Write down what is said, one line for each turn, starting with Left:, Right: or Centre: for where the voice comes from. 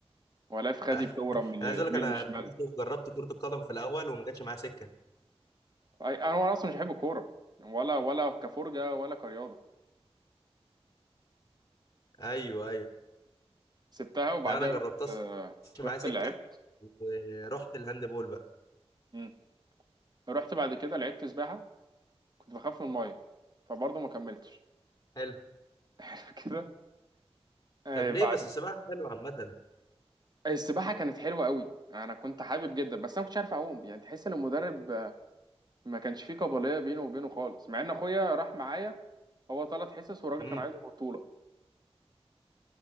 Right: ولا في خدي
Left: <laughs>
Right: بتورم
Left: انا
Right: من يمين
Left: عايز اقول لك انا
Right: وشمال
Left: برضه جربت كرة القدم في الاول وما جاتش معايا سكة
Right: أي- انا وانا اصلا مش بحب الكورة يعني، ولا ولا كفرجة ولا كرياضة
Left: ايوه ايوه
Right: سبتها وبعديها
Left: لا انا جربتها
Right: رحت آه،
Left: ما جاتش معايا
Right: رحت
Left: سكة
Right: لعبت
Left: ورحت الهاند بول بقى
Right: مم. رحت بعد كده لعبت سباحة كنت بخاف من الماية فبرضه ما كملتش
Left: حلو
Right: <laughs> كده آه،
Left: طب ليه
Right: بعد
Left: بس السباحة حلوة عامة
Right: آه، السباحة كانت حلوة قوي انا كنت حابب جدا بس انا ما كنتش عارف اعوم يعني تحس ان المدرب آه، ما كانش فيه قابلية بينه وبينه خالص مع ان اخويا راح معايا هو ثلاث حصص والراجل
Left: إمم.
Right: كان عايزه في بطوله